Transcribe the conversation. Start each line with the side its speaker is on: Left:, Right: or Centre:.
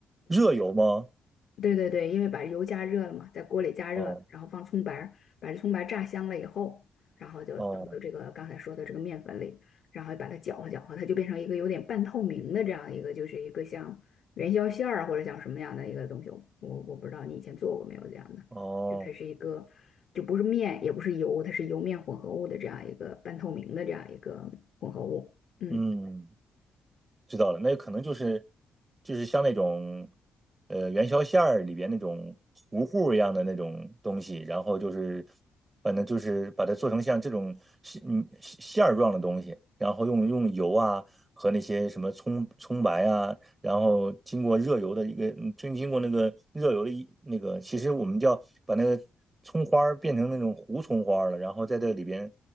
Right: 热油吗？
Left: 对对对，因为把油加热了嘛，在锅里加热，
Right: 哦
Left: 然后放葱白儿，把这葱白儿炸香了以后，然后就倒到这个刚才说的这个面粉里，
Right: 哦
Left: 然后把它搅和搅和，它就变成一个有点半透明的这样一个，就是一个像元宵馅儿啊或者像什么样的一个东西，我我不知道你以前做过没有这样的，
Right: 哦，
Left: 就它是一个就不是面也不是油，它是油面混合物的这样一个半透明的这样一个混合物，嗯。
Right: 嗯，知道了，那可能就是就是像那种呃元宵馅儿里边那种糊糊一样的那种东西，然后就是反正就是把它做成像这种馅嗯馅馅儿状的东西，然后用用油啊和那些什么葱葱白啊，然后经过热油的一个，嗯经经过那个热油的一那个，其实我们叫把那个葱花儿变成那种糊葱花儿了，然后在这里边